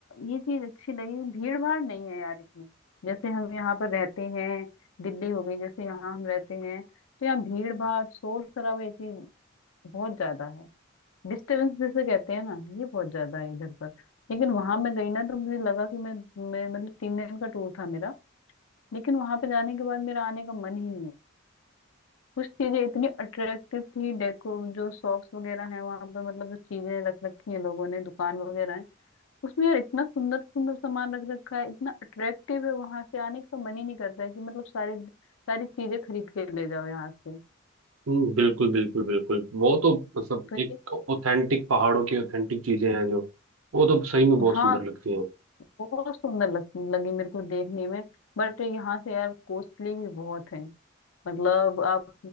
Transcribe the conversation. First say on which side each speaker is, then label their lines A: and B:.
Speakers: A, on the left; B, on the right.
A: ये चीज अच्छी लगी भीड़ भाड़ नहीं है यार इतनी जैसे हम यहाँ पर रहते हैं दिल्ली हो गई जैसे यहाँ हम रहते हैं तो यहाँ भीड़ भाड़ शोर शराबा ये चीज बहुत ज्यादा है डिस्टरबेंस जैसे कहते हैं ना ये बहुत ज्यादा है इधर पर लेकिन वहां मैं गई ना तो मुझे लगा कि मैं, मैं मतलब तीन दिन का टूर था मेरा लेकिन वहां पे जाने के बाद मेरा आने का मन ही नहीं है कुछ चीजें इतनी अट्रैक्टिव थी डेको जो शॉप्स वगैरह हैं वहां पर मतलब जो चीजें रख रखी हैं लोगों ने दुकान वगैरह हैं उसमें यार इतना सुंदर सुंदर सामान रख रखा है इतना अट्रैक्टिव है वहां से आने का मन ही नहीं करता है कि मतलब सारी सारी चीजें खरीद के ले जाओ यहाँ से
B: हम्म बिल्कुल बिल्कुल बिल्कुल वो तो मतलब
A: तो ये
B: एक ऑथेंटिक पहाड़ों की ऑथेंटिक चीजें हैं जो वो तो सही में बहुत
A: हाँ
B: सुंदर लगती हैं
A: बहुत सुंदर लग, लगी मेरे को देखने में बट यहाँ से यार कॉस्टली भी बहुत है मतलब आप